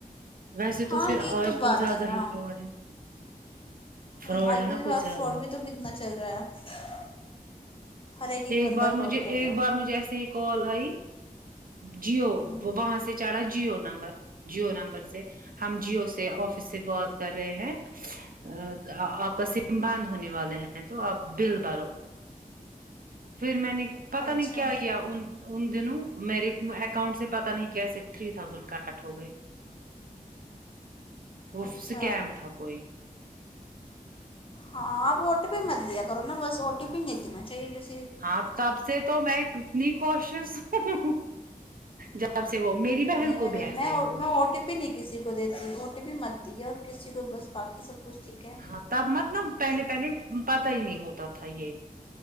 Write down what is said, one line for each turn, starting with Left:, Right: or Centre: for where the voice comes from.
Right: ویسے
Left: ہاں
Right: تو پھر
Left: یہی
Right: آج
Left: تو بات
Right: کل زیادہ
Left: ہے نا
Right: ہی فراڈ ہے
Left: ہوں
Right: فراڈ
Left: آج
Right: ہے
Left: کل
Right: نا کچھ
Left: بھی
Right: زیادہ
Left: فراڈ
Right: ہے
Left: بھی تو کتنا چل رہا ہے ہر
Right: ایک
Left: بندہ
Right: بار
Left: فراڈ
Right: مجھے
Left: کر
Right: ایک
Left: رہا
Right: بار مجھے ایسے ہی کال آئی جیو
Left: ہے
Right: وہ وہاں سے چڑھا جیو نمبر جیو نمبر سے ہم جیو سے آفس سے بات کر رہے ہیں ا آپ کا سم بند ہونے والے ہیں تو آپ بل بھرو پھر میں نے پتا
Left: اچھا
Right: نہیں کیا کیا ان ان دنوں میرے اکاؤنٹ سے پتا نہیں کیسے تھری تھاوزینڈ کٹ ہو گئے وہ
Left: اچھا
Right: اسکیم تھا کوئی
Left: ہاں اپ او ٹی پی مت دیا کرو نا بس او ٹی پی نہیں دینا چاہیے جس
Right: ہاں تب سے تو میں کتنی کوشش ہ جب سے وہ میری بہن
Left: نہیں
Right: کو
Left: میں میرے
Right: بھی ایسا
Left: میں
Right: ہی ہوا
Left: او ٹی میں نہیں کسی کو دیتی او ٹی پی بھی مت دی ہے اور کسی کو بس باکی سب کچھ ٹھیک ہے
Right: ہاں تب مطلب پہلے پہلے پتا ہی نہیں ہوتا تھا یہ